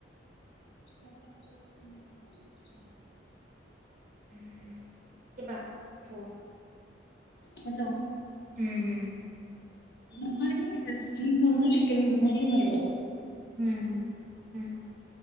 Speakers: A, on the left; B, on the right.
A: <inaudible>
B: <unintelligible>
A: ହାଲୋ।
B: ହୁଁ ହୁଁ।
A: ମୁଁ କହିଲି ସ୍ଟିମ୍ ମୋମୋ ଚିକେନ୍ ମୋମୋ ହିଁ ଭଲ୍ଲାଗେ।
B: ହୁଁ ହୁଁ ହୁଁ।